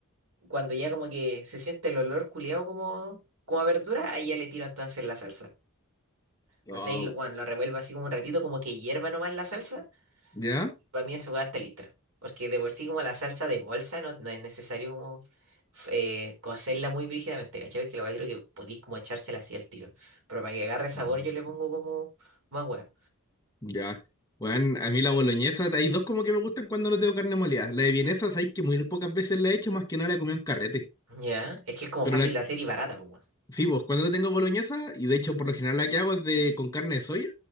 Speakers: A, on the right (about 80°); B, on the left (about 15°).
A: cuando ya como que se siente el olor culeado como, como a verdura, ahí ya le tiro entonces la salsa. Entonces
B: Ah,
A: ahí, lo- bueno, lo revuelvo así como un ratito, como que hierva nomás la salsa,
B: ¿Ya?
A: para mí esa hueá está lista. Porque de por sí como la salsa de bolsa no, no es necesario como eh, cocerla muy brígidamente, ¿cachai? Que la hueá creo que podéis como echársela así al tiro. Pero para que agarre sabor
B: Mm,
A: yo le pongo como más hueá.
B: Ya. Bueno, a mí la boloñesa, hay dos como que me gustan cuando no tengo carne molida. La de vienesa, sabéis que muy pocas veces la he hecho, más que nada la he comido en carrete.
A: Ya, es que es como
B: Pero
A: fácil
B: la,
A: de hacer y barata, pues,
B: sí, vos, cuando no tengo boloñesa, y de hecho por lo general la que hago es de con carne de soya.